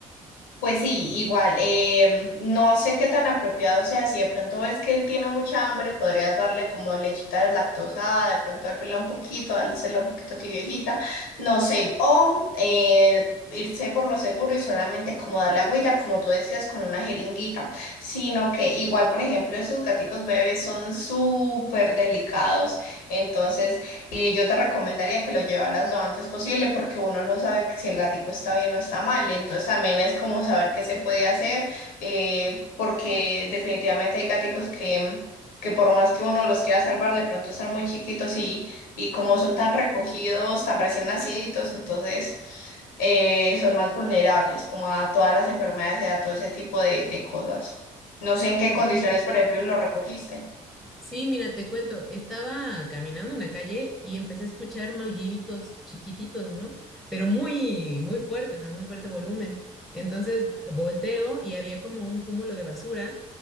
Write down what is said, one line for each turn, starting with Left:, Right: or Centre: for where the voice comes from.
Left: Pues sí, igual, em, no sé qué tan apropiado sea, si de pronto ves que él tiene mucha hambre, podrías darle como lechita deslactosada, de pronto hervirla un poquito, dársela un poquito tibiecita, no sé, o eh, irse por lo seguro y solamente como darle agüita, como tú decías, con una jeringuita, sino que igual, por ejemplo, esos gaticos bebés son súper delicados, entonces eh, yo te recomendaría que lo llevaras lo antes posible porque uno no sabe si el gatico está bien o está mal. Entonces también es como saber qué se puede hacer eh, porque definitivamente hay gaticos que, mm, que por más que uno los quiera salvar, de pronto están muy chiquitos y, y como son tan recogidos, tan recién naciditos, entonces eh, son más vulnerables como a todas las enfermedades y a todo ese tipo de, de cosas. No sé en qué
Centre: Sí.
Left: condiciones, por ejemplo, lo recogiste.
Centre: Sí, mira, te cuento, estaba caminando en la calle y empecé a escuchar maulliditos chiquititos, ¿no? Pero muy, muy fuertes, a muy fuerte volumen. Entonces volteo y había como un cúmulo de basura